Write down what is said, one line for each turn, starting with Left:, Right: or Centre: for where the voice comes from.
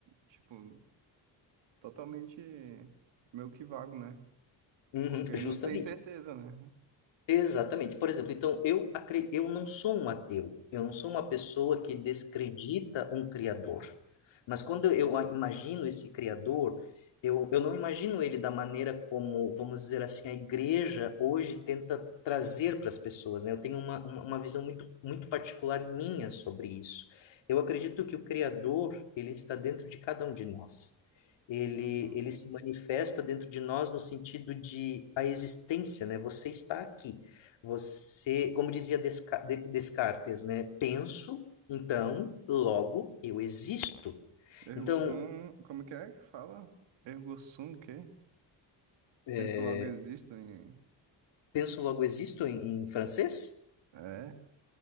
Right: tipo, totalmente meio que vago, né?
Left: Uhum,
Right: Porque
Left: justamente.
Right: não tem certeza, né?
Left: Exatamente. Por exemplo, então eu, acre- eu não sou um ateu, eu não sou uma pessoa que descredita um criador. Mas quando eu a- imagino esse criador, eu, eu não imagino ele da maneira como, vamos dizer assim, a igreja hoje tenta trazer para as pessoas, né? Eu tenho uma, uma uma visão muito, muito particular minha sobre isso. Eu acredito que o criador, ele está dentro de cada um de nós. Ele,
Right: Uhum.
Left: ele se manifesta dentro de nós no sentido de a existência, né? Você está aqui. Você, como dizia Desca- De- Descartes, né? Penso, então, logo eu existo.
Right: Ergo
Left: Então,
Right: sum, como que é que fala? Ergo sum, o quê?
Left: é,
Right: Penso logo existo em...
Left: penso, logo existo em, em francês,
Right: É.